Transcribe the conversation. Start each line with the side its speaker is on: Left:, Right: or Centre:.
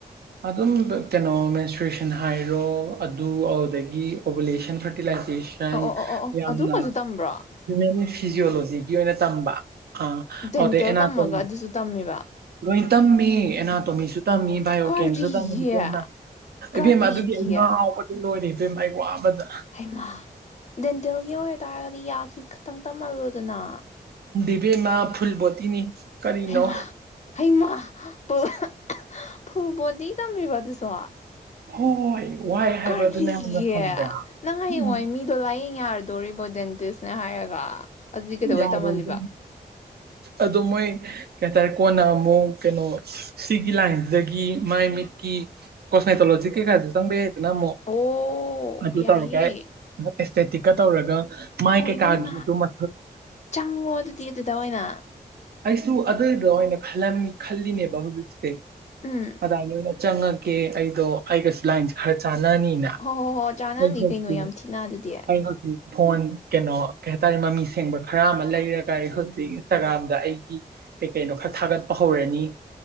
Right: ꯑꯗꯨꯝꯕ ꯀꯩꯅꯣ ꯃꯦꯟꯁꯆꯨꯔꯦꯁꯟ ꯍꯥꯏꯔꯣ ꯑꯗꯨ ꯑꯗꯨꯗꯒꯤ ꯑꯣꯕꯨꯂꯦꯁꯟ ꯐ꯭ꯔꯇꯤꯂꯥꯏꯖ ꯖꯦꯁꯟ
Left: ꯑꯣ ꯑꯣ ꯑꯣ ꯑꯣ ꯑꯣ
Right: ꯌꯥꯝꯅ
Left: ꯑꯗꯨꯒꯁꯨ ꯇꯝꯕ꯭ꯔꯣ
Right: ꯍꯤꯌꯨꯃꯦꯟꯅꯤꯁ ꯐꯤꯖꯤꯌꯣꯂꯣꯖꯤꯒꯤ ꯑꯣꯏꯅ ꯇꯝꯕ ꯑꯥ
Left: ꯗꯦꯟꯇꯦꯜ
Right: ꯑꯣꯗꯩ ꯑꯦꯅꯥꯇꯣꯃꯤ
Left: ꯇꯝꯃꯒ ꯑꯗꯨꯁꯨ ꯇꯝꯃꯤꯕ
Right: ꯂꯣꯏ ꯇꯝꯃꯤ ꯑꯦꯅꯥꯇꯣꯃꯤꯁꯨ ꯇꯝꯃꯤ ꯕꯥꯏꯑꯣ
Left: ꯀꯔꯤꯒꯤ
Right: ꯀꯦꯝꯁꯨ ꯇꯝꯃꯤ ꯏꯕꯦꯝꯃ
Left: ꯀꯔꯤꯒꯤ
Right: ꯏꯕꯦꯝ ꯑꯗꯨꯒꯤ ꯑꯩ ꯉꯥꯎꯕꯗ ꯂꯣꯏꯔꯦ ꯏꯕꯦꯝ ꯑꯩ ꯋꯥꯕꯗ
Left: ꯍꯩꯃꯥ ꯗꯦꯟꯇꯦꯜꯒꯤ ꯑꯣꯏꯇꯥꯔꯒꯗꯤ ꯌꯥꯒꯤ ꯈꯇꯪ ꯇꯝꯍꯜꯂꯣꯗꯅ
Right: ꯏꯕꯦꯝꯃ ꯐꯨꯜ ꯕꯣꯗꯤꯅꯤ ꯀꯔꯤꯅꯣ
Left: ꯍꯩꯃꯥ ꯍꯩꯃꯥ ꯄꯨꯜ ꯑꯍ ꯑꯍ ꯐꯨꯜꯕꯣꯗꯤ ꯇꯝꯃꯤꯕ ꯑꯗꯨꯁꯨ
Right: ꯍꯣꯏ ꯋꯥꯏ
Left: ꯀꯔꯤꯒꯤ
Right: ꯍꯥꯏꯕꯗꯨꯅ ꯌꯥꯝꯅ ꯈꯪꯕ꯭ꯔꯥ
Left: ꯅꯪ ꯍꯌꯦꯡꯋꯥꯏ
Right: ꯎꯝ
Left: ꯃꯤꯗꯣ ꯂꯥꯏꯌꯦꯡ ꯌꯥꯔ ꯗꯣꯔꯤꯕꯣ ꯗꯦꯟꯇꯤꯁꯅꯦ ꯍꯥꯏꯔꯒ ꯑꯗꯨꯗꯤ ꯀꯩꯗꯧꯕꯩ
Right: ꯌꯥꯔꯣꯏ
Left: ꯇꯝꯍꯜꯂꯤꯕ
Right: ꯏꯕꯦꯝꯃ ꯑꯗꯣ ꯃꯣꯏ ꯀꯩꯍꯥꯏꯇꯥꯔꯦ ꯀꯣꯟꯅ ꯑꯃꯨꯛ ꯀꯩꯅꯣ ꯁꯤꯒꯤ ꯂꯥꯏꯟꯖꯤꯗꯒꯤ ꯃꯥꯏ ꯃꯤꯠꯀꯤ ꯀꯣꯁꯃꯦꯇꯣꯂꯣꯖꯤ ꯀꯩꯀꯥ ꯆꯪꯕ ꯌꯥꯏꯗꯅ ꯑꯃꯨꯛ
Left: ꯑꯣ
Right: ꯑꯗꯨ
Left: ꯌꯥꯏꯌꯦ
Right: ꯇꯧꯔꯒ ꯑꯃꯨꯛ ꯑꯦꯁꯊꯦꯇꯤꯛꯀ ꯇꯧꯔꯒ ꯃꯥꯏ
Left: ꯑꯣ
Right: ꯀꯩꯀꯥꯒꯤ
Left: ꯏꯕꯦꯝꯃ
Right: ꯑꯗꯨꯃ
Left: ꯆꯪꯉꯣ ꯑꯗꯨꯗꯤ ꯑꯗꯨꯗ ꯑꯣꯏꯅ
Right: ꯑꯩꯁꯨ ꯑꯗꯨꯏꯗꯣ ꯑꯣꯏꯅ ꯈꯜꯂꯝ ꯈꯜꯂꯤꯅꯦꯕ ꯍꯧꯖꯤꯛꯁꯦ
Left: ꯎꯝ
Right: ꯑꯗꯥꯏꯅ ꯆꯪꯉꯒꯦ ꯑꯩꯗꯣ ꯑꯩꯒꯁꯨ ꯂꯥꯏꯟꯁꯦ ꯈꯔ ꯆꯥ ꯅꯅꯤꯅ
Left: ꯍꯣ ꯍꯣ ꯍꯣ ꯆꯥꯟꯅꯅꯤ
Right: ꯑꯩ ꯍꯧꯖꯤꯛ
Left: ꯀꯩꯅꯣ ꯌꯥꯝ ꯊꯤꯅ ꯑꯗꯨꯗꯤ
Right: ꯑꯩ ꯍꯧꯖꯤꯛ ꯐꯣꯟ ꯀꯩꯅꯣ ꯀꯩ ꯍꯥꯏꯇꯥꯔꯦ ꯃꯃꯤ ꯁꯦꯡꯕ ꯈꯔ ꯑꯃ ꯂꯩꯔꯒ ꯑꯩ ꯍꯧꯖꯤꯛ ꯏꯟꯁꯇꯥꯒ꯭ꯔꯥꯝ ꯗꯥ ꯑꯩꯒꯤ ꯀꯩ ꯀꯩꯅꯣ ꯈꯔ ꯊꯥꯒꯠꯄ ꯍꯧꯔꯅꯤ